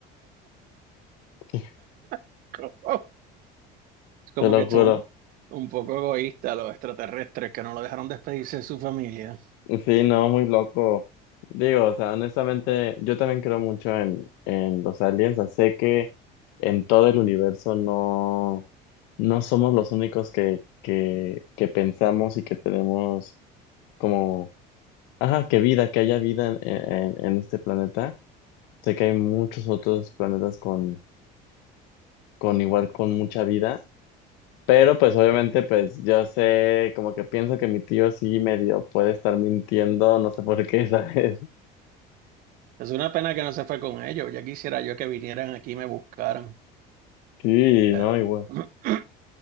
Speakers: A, on the left; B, on the right.
A: <laughs>
B: <laughs> Es como
A: Te lo
B: que
A: juro.
B: son un, un poco egoístas los extraterrestres que no lo dejaron despedirse de su familia.
A: Sí, no, muy loco. Digo, o sea, honestamente, yo también creo mucho en, en los aliens. O sea, sé que en todo el universo no, no somos los únicos que, que, que pensamos y que tenemos como Ajá, que vida, que haya vida en, en- en este planeta. Sé que hay muchos otros planetas con, con igual, con mucha vida, pero pues obviamente pues yo sé, como que pienso que mi tío sí medio puede estar mintiendo, no sé por qué, <laughs> ¿sabes?
B: Es una pena que no se fue con ellos. Ya quisiera yo que vinieran aquí y me buscaran.
A: Sí,
B: Pero
A: no, igual.
B: <clears throat>